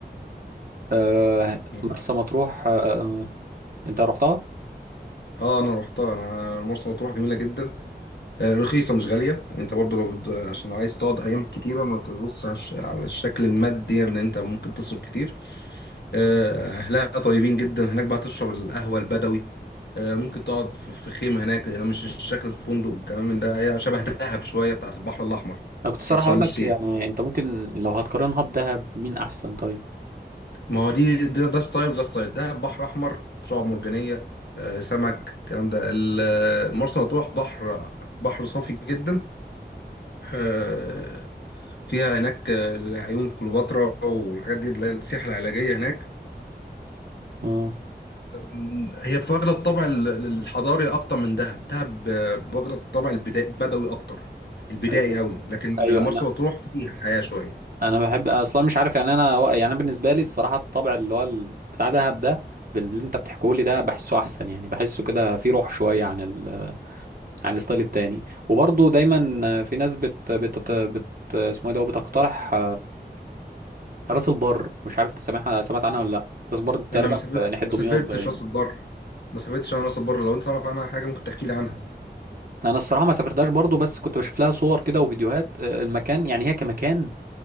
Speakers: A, on the right (about 55°); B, on the left (about 70°).
A: آه
B: يعني
A: مرسى مطروح آه انت رحتها
B: اه أنا روحتها أنا مرسى مطروح جميلة جدا آه، رخيصة مش غالية أنت برضو لو بد... عشان لو عايز تقعد أيام كتيرة ما تبصش على الش- على الشكل المادي لأن أنت ممكن تصرف كتير آه، أهلها طيبين جدا هناك بقى تشرب القهوة البدوي آه، ممكن تقعد في في خيمة هناك لأن مش الشكل الفندق والكلام من ده هي شبه دهب شوية بتاعت البحر الأحمر
A: انا كنت الصراحه
B: بتاعت شرم
A: اقول لك
B: الشيخ
A: يعني انت ممكن لو هتقارنها بدهب مين احسن طيب
B: ما هو دي ده, ده ستايل وده ستايل دهب بحر أحمر شعاب مرجانية آه، سمك الكلام ده ال- آه، مرسى مطروح بحر بحر صافي جدا آه، فيها هناك آه، عيون كليوباترا والحاجات دي اللي هي السياحة العلاجية هناك
A: اه
B: أم، هي في واخدة الطابع ال- الحضاري أكتر من دهب دهب آه، واخدة الطابع البدا- البدوي أكتر البدائي
A: ايوه
B: أوي لكن
A: ايوه
B: مرسى
A: انا
B: مطروح فيها حياة شوية
A: انا بحب اصلا مش عارف يعني انا يعني أنا بالنسبه لي الصراحه الطبع اللي هو ال- بتاع دهب ده باللي انت بتحكيه لي ده بحسه احسن يعني بحسه كده فيه روح شويه عن ال... عن الستايل التاني وبرضه دايما في ناس بت بت بت اسمه ايه ده بتقترح راس البر مش عارف انت سامعها سمعت عنها ولا لا راس البر دي تقريبا
B: أنا ما سافرت
A: في ناحيه
B: ما
A: دمياط
B: سافرتش
A: باين
B: راس البر ما سافرتش أنا راس البر لو أنت تعرف عنها حاجة ممكن تحكي لي عنها
A: انا الصراحه ما سافرتهاش برضو بس كنت بشوف لها صور كده وفيديوهات آه، المكان يعني هي كمكان